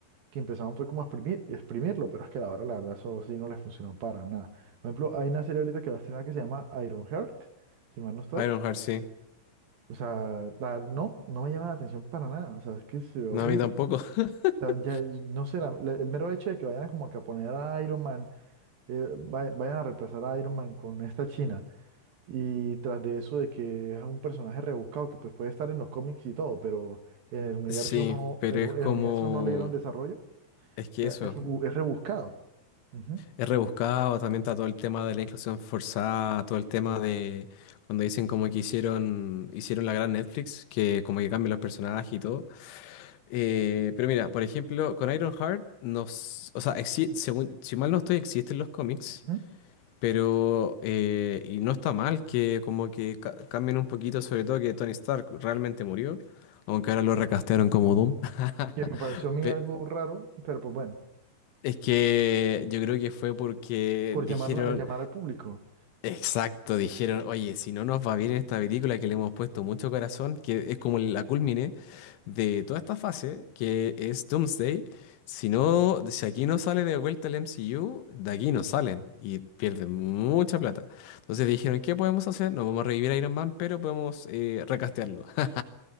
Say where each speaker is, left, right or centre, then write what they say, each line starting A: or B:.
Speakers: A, on the right; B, on the left.
A: que empezaron fue como a exprimir, exprimirlo, pero es que a la hora, la verdad, eso sí no les funcionó para nada. Por ejemplo, hay una serie ahorita que va a estrenar que se llama Ironheart si mal no estoy.
B: Ironheart, sí.
A: O sea, la- no, no me llama la atención para nada, o sea, es que se ve horrible
B: No, a mí tampoco. <laughs>
A: sea, ya, no sé, la- la- el mero hecho de que vayan a como que a poner a Iron Man, eh, va- vayan a reemplazar a Iron Man con esta China, y tras de eso de que es un personaje rebuscado que pues puede estar en los cómics y todo, pero en el universo
B: Sí,
A: no,
B: pero
A: en,
B: es
A: u- en
B: como...
A: el universo no le dieron desarrollo,
B: Es que
A: o sea,
B: eso.
A: es, rebu- es rebuscado. Ujú,
B: Es rebuscado, también está todo el tema de la inclusión forzada, todo el tema de cuando dicen como que hicieron, hicieron la gran Netflix, que como que cambian los personajes y todo. Eh, pero mira, por ejemplo, con Ironheart, nos, o sea, exi- según, si mal no estoy, existen los cómics,
A: ujú.
B: pero eh, y no está mal que como que ca- cambien un poquito, sobre todo que Tony Stark realmente murió, aunque ahora lo recastearon como Doom.
A: Que
B: <laughs>
A: me pareció a mí
B: Pe-
A: algo raro, pero pues bueno,
B: Es que yo creo que fue porque
A: por
B: dijeron...
A: llamarla, llamar al público.
B: Exacto, dijeron, oye, si no nos va bien en esta película que le hemos puesto mucho corazón, que es como la culmine de toda esta fase, que es Doomsday, si no, si aquí no sale de vuelta el MCU, de aquí no salen y pierden mucha plata. Entonces dijeron, ¿qué podemos hacer? No vamos a revivir a Iron Man, pero podemos eh, recastearlo. <laughs>